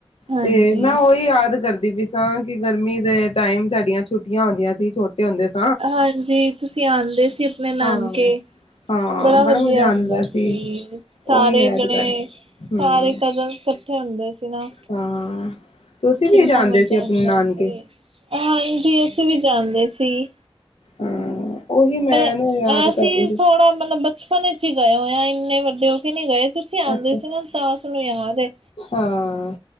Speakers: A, on the right (about 75°); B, on the left (about 80°).
A: ਹਾਂਜੀ।
B: ਤੇ ਮੈਂ ਓਹੀ ਯਾਦ ਕਰਦੀ ਪੀ ਤਾਂ ਕਿ ਗਰਮੀ ਦੇ ਟਾਈਮ ਸਾਡੀਆਂ ਛੁੱਟੀਆਂ ਹੁੰਦੀਆਂ ਸੀ, ਛੋਟੇ ਹੁੰਦੇ ਸੀ
A: ਹਾਂਜੀ, ਤੁਸੀਂ ਆਂਦੇ ਸੀ ਅਪਨੇ ਨਾਨਕੇ
B: ਹਾਂ
A: ਕਿੰਨਾ
B: ਹਾਂ ਬੜਾ
A: ਵਧੀਆ
B: ਮਜ਼ਾ ਆਂਦਾ
A: ਹੁੰਦਾ ਸੀ,
B: ਉਹੀ
A: ਸਾਰੇ
B: ਯਾਦ
A: ਜਣੇ
B: ਕਰ ਹਮ
A: ਸਾਰੇ ਕਜ਼ਨਸ ਕੱਠੇ ਹੁੰਦੇ ਸੀ ਨਾ।
B: ਹਾਂ, ਤੁਸੀਂ ਵੀ
A: ਕਿੰਨਾ
B: ਜਾਨਦੇ
A: ਮਜ਼ਾ
B: ਸੀ ਅਪਨੇ
A: ਆਂਦਾ
B: ਨਾਨਕੇ?
A: ਸੀ। ਹਾਂਜੀ, ਅਸੀਂ ਵੀ ਜਾਂਦੇ ਸੀ।
B: ਹਾਂ ਉਹੀ ਮੈਂ
A: ਅ ਅ
B: ਨਾ ਯਾਦ
A: ਅਸੀ
B: ਕਰ ਰਹੀ ਸੀ
A: ਥੋੜ੍ਹਾ ਮਤਲਬ ਬਚ ਬਚਪਨ ਚ ਈ ਗਏ ਹੋਏ ਆ, ਇੰਨੇ ਵੱਡੇ ਹੋ ਕੇ ਨੀਂ ਗਏ। ਤੁਸੀਂ ਆਂਦੇ
B: ਅੱਛਾ
A: ਸੀ ਨਾ ਤਾਂ ਸਾਨੂੰ ਯਾਦ ਏ।
B: ਹਾਂ,